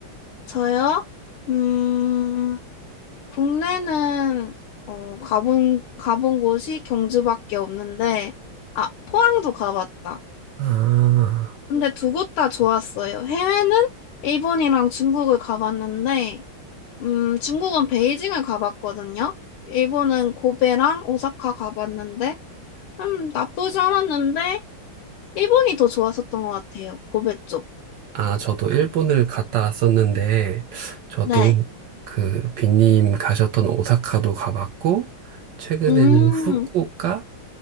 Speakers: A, on the left; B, on the right.
A: 저요? 음, 국내는, 어, 가본, 가본 곳이 경주밖에 없는데, 아, 포항도 가봤다.
B: 아,
A: 근데 두 곳 다 좋았어요. 해외는 일본이랑 중국을 가봤는데, 음, 중국은 베이징을 가봤거든요. 일본은 고베랑 오사카 가봤는데, 음, 나쁘지 않았는데, 일본이 더 좋았었던 것 같아요. 고베 쪽.
B: 아, 저도 일본을 갔다 왔었는데, 저도
A: 네.
B: 그 빈님 가셨던 오사카도 가봤고, 최근에는
A: 음,
B: 후쿠오카